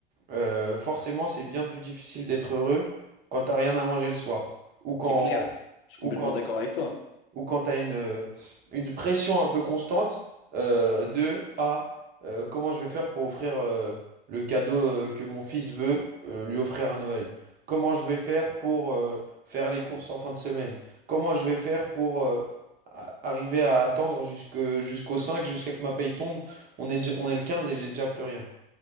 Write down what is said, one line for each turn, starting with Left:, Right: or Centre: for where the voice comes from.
Right: euh, forcément, c'est bien plus difficile d'être heureux quand t'as rien à manger le soir. Ou quand,
Left: c'est clair. Je suis
Right: ou
Left: complètement
Right: quand
Left: d'accord avec toi.
Right: ou quand tu as une, euh, une pression un peu constante euh, de ah, euh, comment je vais faire pour offrir euh, le cadeau euh, que mon fils veut euh, lui offrir à Noël? Comment je vais faire pour euh, faire les courses en fin de semaine? Comment je vais faire pour euh, a- arriver à attendre jusque, jusqu'au 5, jusqu'à que ma paye tombe? On est, déjà- on est le 15 et j'ai déjà plus rien.